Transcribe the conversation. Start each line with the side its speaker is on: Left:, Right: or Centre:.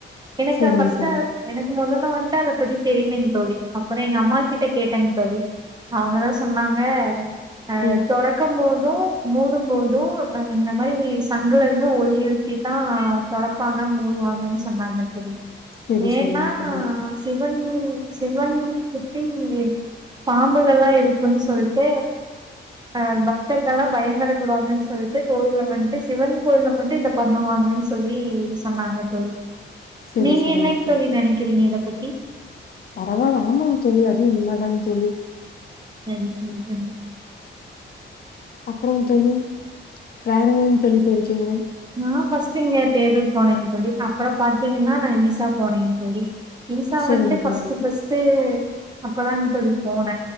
Right: எனக்கு
Left: சரிங்க
Right: ஃபஸ்ட்டா
Left: தோழி
Right: எனக்கு மொதல் ல வன்ட்டு அத பத்தி தெரியலைங் தோழி அப்புற எங்க அம்மாகிட்ட கேட்டேங்க தோழி அவங்கதா சொன்னா ங்க ஆ
Left: ம்
Right: தொறக்கம் போ தும் மூடும் போதும் ஆ இந்த மாரி சங்குல இருந்து ஒலி எழுப்பித்தா தொற்பபாங்க மூடுவாங்கன்னு சொன்னாங்க தோழி
Left: சரி
Right: ஏன்னா
Left: சரிங்க தோழி
Right: சிவன் சிவன் சுத்தி பாம்புகள்லா இருக்குன்னு சொல்ட்டு அஹ் பக்தர்கள்லா பயந்தறக் கூடாதுன்னு சொல்ட்டு கோயில்ல வந்துட்டு சிவன் கோயில்ல மட்டு இத பண்ணுவாங்கன்னு சொல்லி சொன்னாங்க தோழி
Left: சரி
Right: நீங்க
Left: சரிங்க
Right: என்னங்க தோழி நெனைக்கிறீங்க இத பத்தி
Left: பரவால்ல ஆமாங்க தோழி அதுவு உண்மதாங்க தோழி
Right: சரி சரி தோழி
Left: அப்புறங் தோழி வேற எங்கங்க தோழி போயிருக்கீங்க
Right: நா ஃபர்ஸ்ட் இங்க பேருர் போனேங்க தோழி அப்புற பாத்தீங்கன்னா நா ஈஷா போனேங்க தோழி ஈஷா
Left: சரிங்க
Right: வண்ட்டு ஃபஸ்ட்
Left: தோழி
Right: ஃபஸ்ட்டு அப்பதான்ங்க தோழி போன.